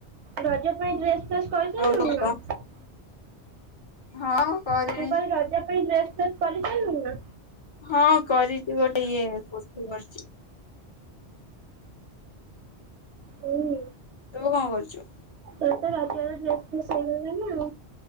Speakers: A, on the right; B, on the left.
A: ରଜ ପାଇଁ ଡ୍ରେସ୍ ଫେସ୍ କରିସାରିଲୁଣି
B: ଆଉ ତୁ
A: ନା?
B: କହ ହଁ। କଲିଣି
A: ତୁ କଣ ରଜ ପାଇଁ ଡ୍ରେସ ଫ୍ରେସ କରିସାରଲୁଣି ନା?
B: ହଁ କରିଛି ଗୋଟେ ଇଏ କୁର୍ତ୍ତି କରିଛି
A: ହୁଁ
B: ତୁ କଣ କରଚୁ?
A: ତୁ ତ ରଜରେ ଡ୍ରେସ୍ ଫେସ୍ ନେଇ ଗଲୁଣି ଆଉ,